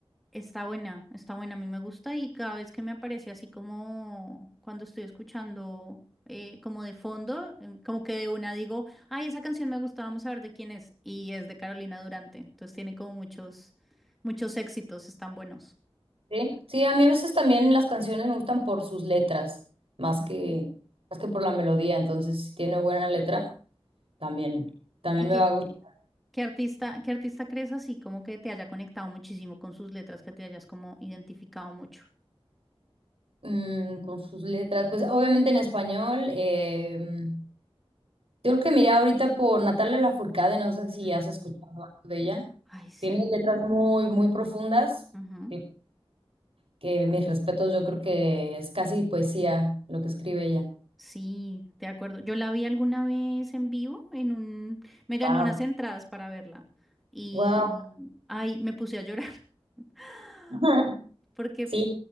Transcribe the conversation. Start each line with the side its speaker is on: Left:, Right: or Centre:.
Centre: Está buena, está buena, a mí me gusta y cada vez que me aparece así como cuando estoy escuchando eh, como de fondo, em, como que de una digo, ay, esa canción me gusta, vamos a ver de quién es. Y es de Carolina Durante, entonces tiene como muchos, muchos éxitos, están buenos.
Right: Sí, sí, a mí a veces también las canciones me gustan por sus letras, más
Centre: Ujú.
Right: que, más que por la melodía, entonces si tiene buena letra. También, también
Centre: ¿Y
Right: me
Centre: qué,
Right: va a gustar
Centre: qué artista, qué artista crees así como que te haya conectado muchísimo con sus letras, que te hayas como identificado mucho?
Right: mm, con sus letras. Pues obviamente en español, eh, yo creo que miré ahorita por Natalia Lafourcade, no sé si
Centre: Mm.
Right: has escuchado algo de ella.
Centre: Ay, sí.
Right: Tiene letras muy, muy profundas,
Centre: Ujú.
Right: que, que mis respetos, yo creo que es casi poesía lo que escribe ella.
Centre: Sí, de acuerdo. Yo la vi alguna vez en vivo en un... Me gané
Right: Wow.
Centre: unas entradas para verla y...
Right: Wow.
Centre: Ay, me puse a llorar. <laughs>
Right: <laughs>
Centre: Porque... f-
Right: Sí,